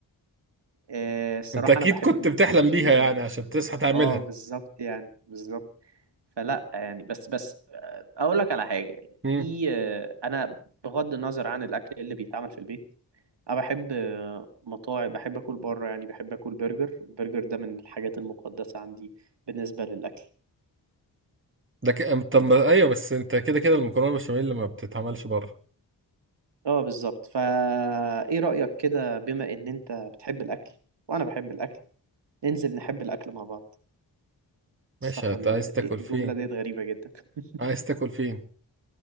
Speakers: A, on the right; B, on the right.
A: آه، الصراحة
B: انت اكيد
A: أنا بحب
B: كنت
A: المكرونة
B: بتحلم
A: بشاميل
B: بيها يعني عشان تصحى تعملها
A: اه بالظبط يعني بالظبط فلا يعني بس بس آه، اقول لك على حاجه
B: مم.
A: في آه، انا بغض النظر عن الاكل اللي بيتعمل في البيت انا بحب آه، مطاعم بحب اكل بره يعني بحب اكل برجر البرجر ده من الحاجات المقدسه عندي بالنسبه للاكل
B: ده ك... طب ما- ايوه بس انت كده كده المكرونه البشاميل ما بتتعملش بره
A: اه بالظبط فا ايه رايك كده بما ان انت بتحب الاكل وانا بحب الاكل ننزل نحب الاكل مع بعض
B: ماشي
A: استغفر
B: انت
A: الله
B: عايز
A: إيه
B: تاكل فين
A: الجمله ديت غريبه جدا <laughs>
B: عايز تاكل فين